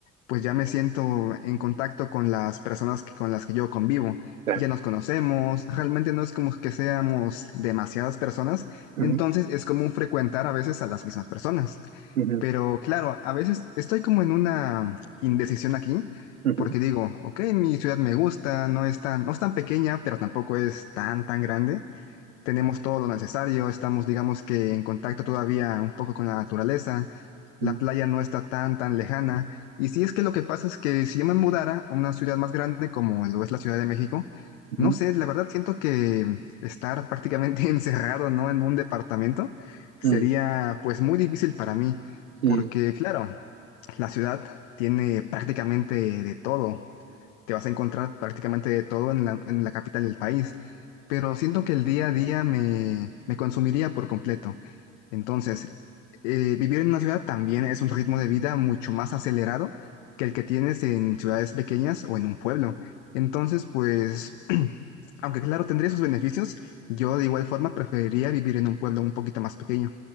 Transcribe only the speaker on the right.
claro.
Ujú,
ujú,
ujú,
ujú,
ujú,
mm,
mm,